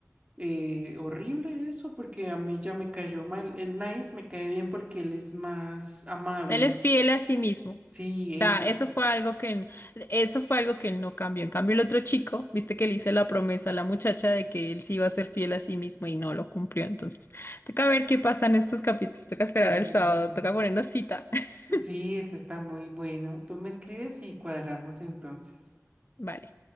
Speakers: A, on the right (about 25°); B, on the left (about 45°).
A: eh, horrible eso, porque a mí ya me cayó mal. El Nice me cae bien porque él es más amable.
B: Él es fiel a sí mismo.
A: Sí,
B: O sea,
A: eso.
B: eso fue algo que, n- eso fue algo que él no cambió. En cambio, el otro chico, viste que le hice la promesa a la muchacha de que él sí iba a ser fiel a sí mismo y no lo cumplió. Entonces, toca ver qué pasa en estos capítulos. Toca esperar
A: Eh,
B: al sábado,
A: Sí,
B: toca ponernos cita. <laughs>
A: sí, este está muy bueno. Tú me escribes y cuadramos entonces.
B: Vale.